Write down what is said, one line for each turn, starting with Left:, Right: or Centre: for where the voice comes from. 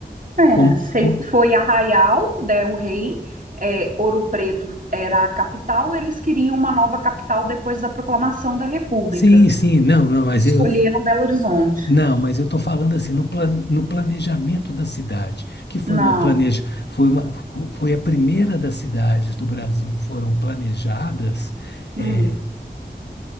Right: É,
Left: Como,
Right: sei
Left: co-
Right: que foi Arraial, né, o rei, é, Ouro Preto era a capital, eles queriam uma nova capital depois da proclamação da República.
Left: Sim, sim, não, não, mas
Right: Escolheram
Left: eu,
Right: Belo Horizonte.
Left: Não, mas eu estou falando assim, no, plan- no planejamento da cidade, que foi
Right: Não.
Left: uma planeja, foi uma, fo- foi a primeira das cidades do Brasil que foram planejadas,
Right: Hum,
Left: eh,